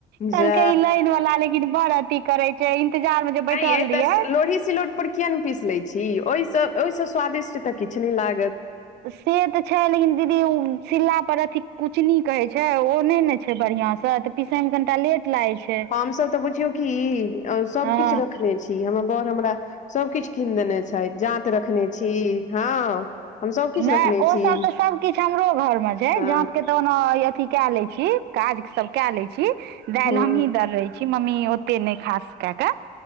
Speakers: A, on the right; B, on the left.
A: कहलकै
B: जा
A: ई लाइन वला लेकिन बड़ अथी करै छै इंतजार में जे बैठल
B: एँ यैय तऽ
A: रहियै
B: स लोढ़ी सिलौट पर किया नैय पीस लैय छी ओय स ओय स स्वादिष्ट तऽ किछ नैय लागत।
A: से तऽ छै लेकिन दीदी उ सिलला पर अथी कुचनी कहै छै ओ नैय न छै बढ़िआँ स तऽ पिसै में कनिटा लेट क लाइ छै।
B: हमसभ तऽ बुझियौ कि अ सबकिछ
A: हँ
B: रखने छी हमर बड़ हमरा सबकिछ कीन देने छैथ जाँत रखने छी हँ। हम सभकिछु
A: नैय
B: रखने
A: ओ
B: छी
A: सब तऽ सबकिछ हमरो घर में छै
B: हँ
A: जाँत के तऽ <unintelligible> अथी कै लै छी काज सब कै लै छी दाइल
B: हँ
A: हमहीं दररै छी मम्मी ओत्ते नैय खास कए कऽ